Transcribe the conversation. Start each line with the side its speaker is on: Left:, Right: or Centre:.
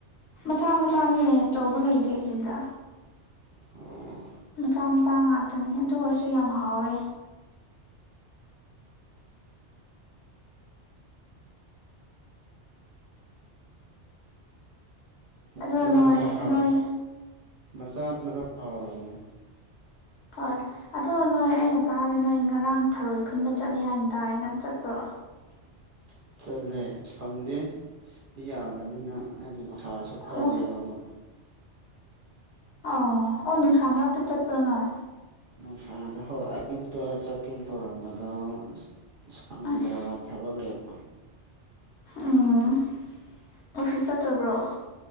Left: ꯃꯆꯥ ꯃꯆꯥꯅꯦ ꯑꯆꯧꯕ ꯂꯩꯇꯦ ꯁꯤꯗ
Right: ꯑꯣ
Left: ꯃꯆꯥ ꯃꯆꯥ ꯉꯥꯛꯇꯅꯤ ꯑꯗꯨ ꯑꯣꯏꯔꯁꯨ ꯌꯥꯝ ꯍꯥꯎꯋꯦ ꯑꯗꯣ
Right: ꯃꯆꯥꯅꯗ
Left: ꯅꯣꯏ
Right: ꯍꯥꯎ
Left: ꯅꯣꯏ
Right: ꯃꯆꯥꯅꯗ ꯍꯥꯎꯔꯕꯅꯦ
Left: ꯍꯣꯏ ꯑꯗꯣ ꯅꯣꯏ ꯑꯩꯅ ꯇꯥꯔꯦ ꯅꯣꯏ ꯉꯔꯥꯡ ꯊꯔꯣꯏ ꯈꯨꯟꯕ ꯆꯠꯂꯤ ꯍꯥꯏꯅ ꯇꯥꯏꯅ ꯆꯠꯄ꯭ꯔꯣ
Right: <inaudible> ꯆꯠꯂꯦ ꯐꯪꯗꯦ ꯌꯥꯝꯕꯅꯤꯅ ꯍꯥꯏꯗꯤ ꯅꯨꯡꯁꯥꯁꯨ ꯀꯜꯂꯦꯕꯀꯣ
Left: ꯑꯣ ꯑꯣ ꯑꯣ ꯅꯨꯡꯁꯥ ꯃꯔꯛꯇ ꯆꯠꯄꯔ ꯅꯣꯏ
Right: ꯅꯨꯡꯁꯥ ꯍꯣꯏ ꯑꯌꯨꯛꯇ ꯆꯠ ꯆꯠꯀꯦꯅ ꯇꯧꯔꯝꯕꯗꯣ ꯁꯪꯗ꯭ꯔꯕ
Left: ꯑꯁ
Right: ꯊꯕꯛ ꯂꯩꯕ
Left: ꯎꯝ ꯑꯣꯐꯤꯁ ꯆꯠꯇꯕ꯭ꯔꯣ